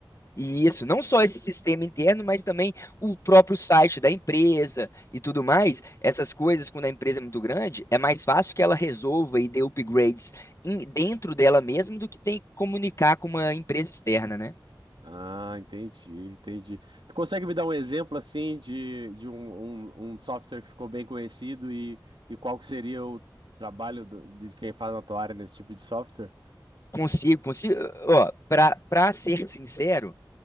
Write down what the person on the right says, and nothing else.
Ah, entendi, entendi. Tu consegue me dar um exemplo, assim, de, de um, um, um software que ficou bem conhecido e, e qual que seria o trabalho do- de quem faz na tua área nesse tipo de software?